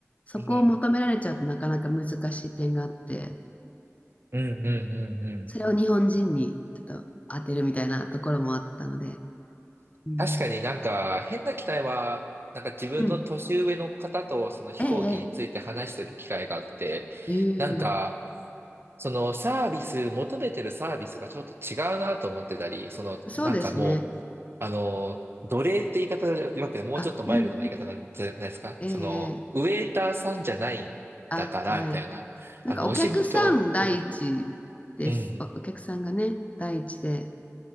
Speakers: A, on the left (about 30°); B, on the right (about 50°).
A: そこを求められちゃうとなかなか難しい点があって。
B: うん。うんうんうんうん。
A: それを日本人にちょっと当てるみたいなところもあったので。うん。
B: 確かになんか変な機体は、なんか自分の年上の方とその飛行機について話してる機会があって、
A: うん。ええ、ええ、
B: なんか、そのサービス、求めてるサービスがちょっと違うなと思ってたり、そのなんかもう、
A: そうですね。
B: あの、奴隷って言い方でよくて、もうちょっとマイルドな言い方なんじゃないですかその、
A: あ、うん、うん。ええ、ええ
B: ウェイターさんじゃないんだから、
A: あ、はい。
B: みたいな、
A: なんかお客さん第一です。
B: あの、お仕事を、うん、うん
A: お、お客さんがね、第一でっ